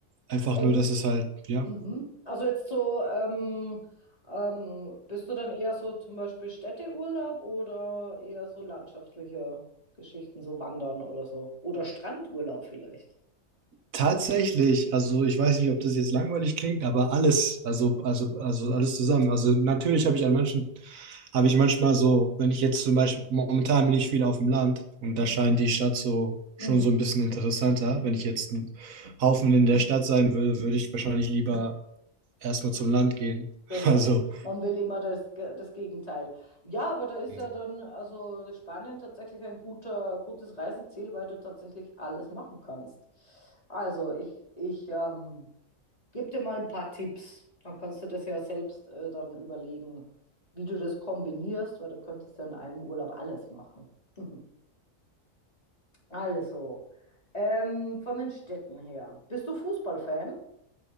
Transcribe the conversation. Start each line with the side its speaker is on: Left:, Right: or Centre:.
Right: einfach
Left: Und
Right: nur, dass es halt, ja.
Left: Mhm. Also jetzt so, ähm, ähm, bist du dann eher so zum Beispiel Städteurlaub oder eher so landschaftliche Geschichten, so Wandern oder so? Oder Strandurlaub vielleicht?
Right: Tatsächlich, also ich weiß nicht, ob das jetzt langweilig klingt, aber alles, also, also, also alles zusammen. Also natürlich habe ich an manchen, habe ich manchmal so, wenn ich jetzt zum Beispiel, momentan bin ich viel auf dem Land und da scheint die Stadt so
Left: Mhm.
Right: schon so ein bisschen interessanter. Wenn ich jetzt ein Haufen in der Stadt sein würde, würde ich wahrscheinlich lieber erstmal zum Land gehen.
Left: Genau.
Right: <laughs> Also,
Left: Man will immer das, Ge- das Gegenteil. Ja, aber da ist
Right: hm.
Left: ja dann, also Spanien tatsächlich ein guter, gutes Reiseziel, weil du tatsächlich alles machen kannst. Also ich, ich ähm, Gib dir mal ein paar Tipps. Dann kannst du das ja selbst äh, dann überlegen, wie du das kombinierst, weil du könntest ja in einem Urlaub alles machen. <laughs> Also, ähm, von den Städten her. Bist du Fußballfan?